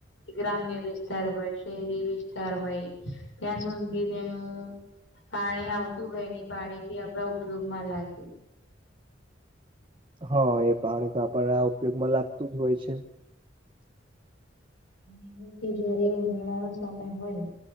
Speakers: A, on the left (about 80°); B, on the right (about 25°).
A: ગ્રામ્ય વિસ્તાર હોય શહેરી વિસ્તાર હોય ત્યાં સુધી તેનું. પાણી આવતું હોય નહ પાણી બી અણા ઉપયોગ માં લાગે.
B: હા એ પાણી તો આપણ આ ઉપયોગમાં લાગતું જ હોય છે. <inaudible>
A: અને જયારે ઉનાળાનો સમય હોય.